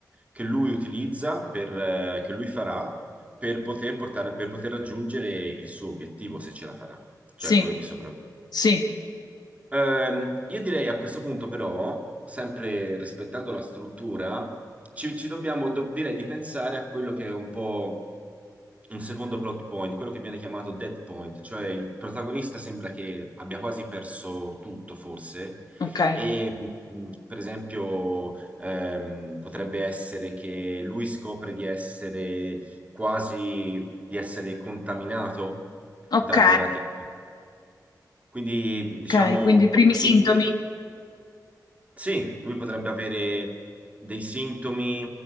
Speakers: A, on the right (about 20°); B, on the left (about 70°).
A: che lui utilizza, per, eh, che lui farà per poter portare, per poter raggiungere il suo obiettivo, se ce la farà, cioè
B: Sì,
A: quello di sopravvivere.
B: sì,
A: Ehm, io direi a questo punto però, sempre rispettando la struttura, ci, ci dobbiamo, do- direi di pensare a quello che è un po' un secondo plot point, quello che viene chiamato dead point, cioè il protagonista sembra che abbia quasi perso tutto, forse,
B: ok.
A: e mh, per esempio ehm, potrebbe essere che lui scopre di essere quasi, di essere contaminato
B: Ok,
A: dalle radiazioni. Quindi,
B: ok,
A: diciamo,
B: quindi i primi
A: quando
B: sintomi?
A: lui- sì, lui potrebbe avere dei sintomi